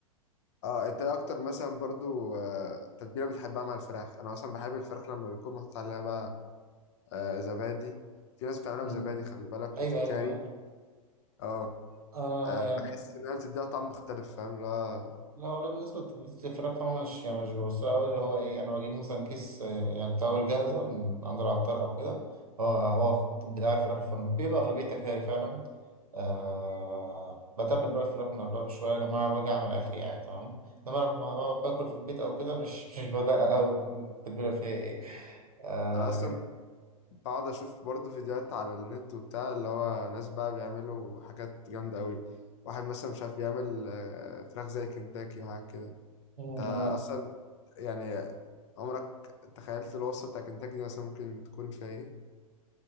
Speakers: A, on the left; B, on the right.
A: اه انت ايه اكتر مثلا برضو آه، تتبيله بتحبها مع الفراخ انا مثلا بحب الفراخ لما بيكون محطوط عليها بقى آه، زبادي في ناس بتعملها
B: مم.
A: بزبادي خلي بالك
B: ايوه
A: وفي
B: ايوه
A: كاري
B: انا عارف
A: اه
B: انا
A: آه،
B: يعني
A: بحس انها بتديها طعم مختلف فاهم اللي هو
B: لا ولا بالنسبة للفراخ أنا مش يعني مش بوصلها أوي اللي هو إيه أنا بجيب مثلا كيس آه، يعني تاول جاهزة من عند العطار أو كده هو هو بتاع الفراخ الفرن بيبقى أغلبية تكاري فعلا آه بتبل بقى الفراخ من قبلها بشوية لما أنا باجي أعمل أكل يعني تمام إنما لما بقعد باكل في البيت أو كده مش مش بدقق أوي التتبيلة فيها إيه آه
A: انا اصلا بقعد اشوف برضه فيديوهات على النت وبتاع اللي هو ناس بقى بيعملوا حاجات جامده قوي واحد مثلا مش عارف يعمل آه، فراخ زي كنتاكي وحاجات كده
B: لكن
A: انت اصلا يعني عمرك تخيلت الوصفه بتاع كنتاكي دي مثلا ممكن تكون فيها ايه